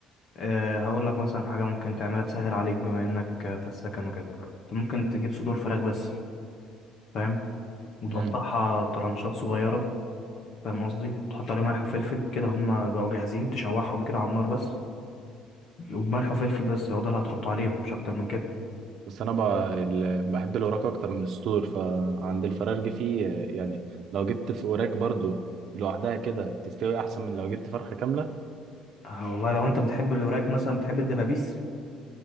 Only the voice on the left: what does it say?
أه هقول لك مثلا حاجة ممكن تعملها تسهل عليك بما انك آه، في السكن وكده انت ممكن تجيب صدور فراخ بس فاهم وتقطعها
طرنشات صغيرة فاهم قصدي تحط عليهم ملح وفلفل كده هما بقوا جاهزين تشوحهم كده على النار بس وملح وفلفل بس هو ده اللي هتحطه عليهم مش اكتر من كده
آه والله لو انت بتحب الوراك مثلا بتحب الدبابيس